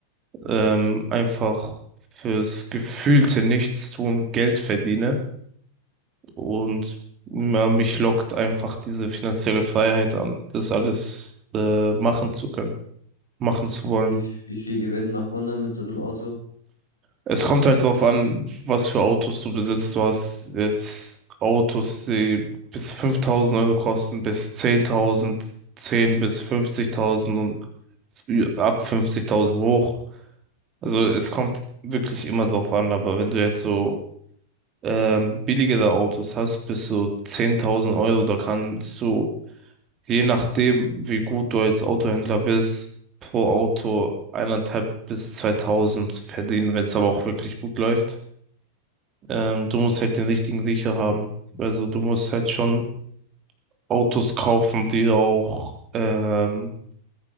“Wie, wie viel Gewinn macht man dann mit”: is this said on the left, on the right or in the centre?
Left